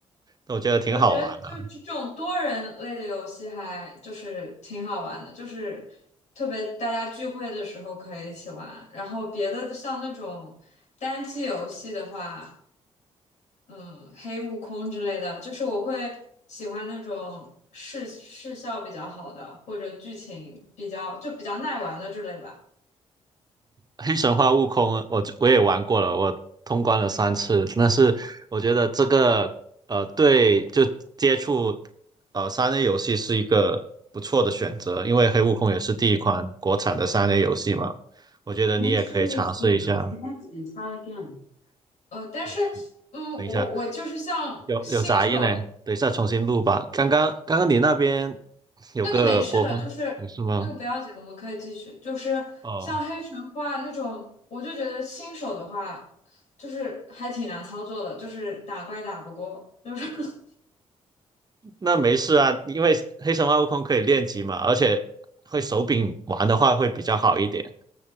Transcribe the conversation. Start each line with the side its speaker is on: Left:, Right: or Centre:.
Right: 那我觉得挺好玩的。
Left: 我觉得就这种多人类的游戏还就是挺好玩的，就是特别大家聚会的时候可以一起玩。然后别的像那种单机游戏的话，嗯，黑悟空之类的，就是我会喜欢那种视视效比较好的，或者剧情比较就比较耐玩的之类吧。
Right: 黑神话悟空，我我也玩过了，我通关了三次。但是我觉得这个呃，对，就接触呃三 A 游戏是一个不错的选择，因为黑悟空也是第一款国产的三 A 游戏嘛。我觉得你也可以尝试一下。
Left: Make sure y o u speaker is connected and try again. 呃，但是，
Right: 哦是
Left: 嗯，
Right: 等一下，
Left: 我我就是像新手
Right: 有有杂音呢，等一下重新录吧。刚刚刚刚你那边有个播放，
Left: 那个没事的，就是那个不要紧，
Right: 不是吗？
Left: 我们可以继续。就是像黑神话那种，
Right: 哦。
Left: 我就觉得新手的话，就是还挺难操作的，就是打怪打不过，就是 <laughs>
Right: 那没事啊，因为黑神话悟空可以练级嘛，而且会手柄玩的话会比较好一点，